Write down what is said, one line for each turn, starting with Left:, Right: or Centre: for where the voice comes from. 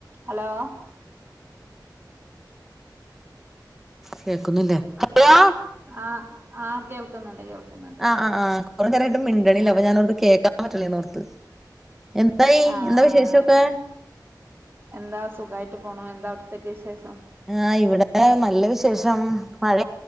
Right: Hello
Centre: കേക്കുന്നില്ലേ hello
Right: ആ ആ കേൾക്കുന്നുണ്ട് കേൾക്കുന്നുണ്ട്.
Centre: ആ ആ കുറേ നേരയിട്ട് മിണ്ടണല്ല
Right: ആഹ്
Centre: അപ്പൊ ഞാനോർത് കേൾക്കാൻ പറ്റില്ലന്നർത്ത്. എന്താ
Right: ആഹ് ആഹ്
Centre: വിശേഷൊക്കെ?
Right: എന്താ സുഖയിട്ട് പോണു എന്താവിടത്തേ വിശേഷം?
Centre: ആ ഇവിടെ നല്ല വിശേഷം മഴ